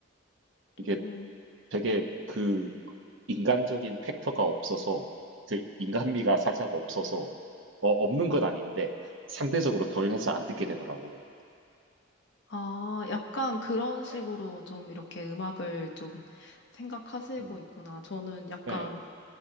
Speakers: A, on the left; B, on the right.
A: 조금
B: 이게 되게 그 인간적인 팩터가 없어서 그 인간미가 살짝 없어서 어, 없는 건 아닌데 상대적으로 덜 해서 안 듣게 되더라고요.
A: 아, 약간 그런 식으로
B: 네.
A: 좀 이렇게 음악을 좀 생각하시고
B: 음.
A: 있구나. 저는 약간
B: 네.